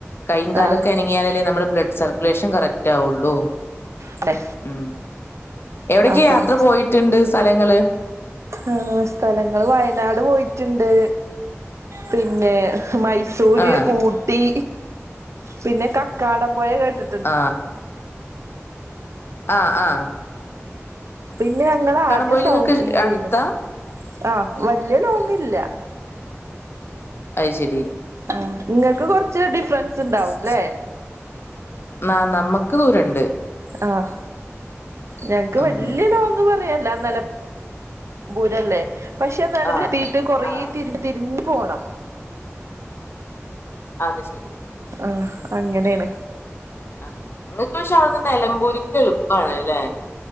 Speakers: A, on the left; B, on the right.
A: കയ്യും കാലും
B: ആഹ്
A: ഒക്കെ നങ്ങിയാലേ നമ്മുടെ ബ്ലഡ് സർക്കുലേഷൻ കറക്റ്റ് ആവൊള്ളൂ
B: അതെ
A: ഉ എവിടക്കെ
B: അപ്പം
A: യാത്ര പോയിട്ടുണ്ട് സ്ഥലങ്ങള്
B: ആ സ്ഥലങ്ങൾ വയനാട് പോയിട്ടുണ്ട് പിന്നെ മ സൂര്യ
A: ആഹ്
B: ഊട്ടി പിന്നെ കക്കാടം പോയ കേട്ടി
A: ആ ആ ആ
B: പിന്നെ ഞങ്ങളാദ്യം
A: പോയില്
B: സൗദിലേനു
A: നിങ്ങക്ക് അടുത്താ
B: ആഹ് വല്ല്യ ലോങ്ങില്ല
A: അയ്ശെരി
B: ആഹാ ഇങ്ങക്ക് കൊറച്ച് ഡിഫ്റൻസ്ണ്ടാവുല്ലേ?
A: സ്- സ്- ന നമ്മക്ക് ദൂരണ്ട്
B: ആഹ് ഞങ്ങ്ക്ക്
A: ഉം
B: വല്ല്യലോങ് പറ യാല്ല നെലമ്പൂരല്ലേ? പക്ഷെ നെലമ്പൂരത്തിട്ട്
A: ആഹ്
B: കൊറേ
A: ആഹ്
B: തിരിഞ് പോണം
A: അത് ശെരി
B: ആഹാ അങ്ങനേണ്
A: ആ ഇങ്ങക്ക് പക്ഷെ അവ്ട്ന്ന് നെലമ്പൂര്ക്ക് എളുപ്പാണ്ല്ലേ?